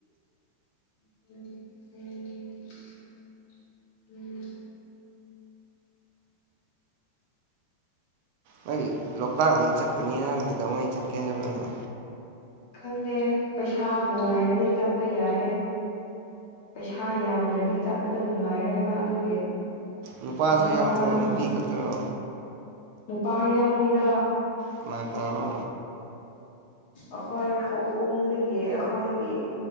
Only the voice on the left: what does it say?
<inaudible>
ꯈꯪꯗꯦ ꯄꯩꯁꯥꯕꯣ ꯂꯩꯔꯗꯤ ꯆꯠꯄ ꯌꯥꯏꯌꯦ ꯄꯩꯁꯥ ꯌꯥꯝꯗ꯭ꯔꯗꯤ ꯆꯠꯄꯗꯨ ꯅꯨꯡꯉꯥꯏꯔꯣꯏꯕ ꯑꯗꯨꯒꯤ
ꯋꯥꯟ ꯊꯥꯎꯖꯟ
ꯅꯨꯄꯥ ꯌꯥꯎꯅꯤꯗ
ꯑꯈꯣꯏ ꯈꯧꯄꯨꯝꯗꯒꯤ ꯑꯈꯣꯏꯒꯤ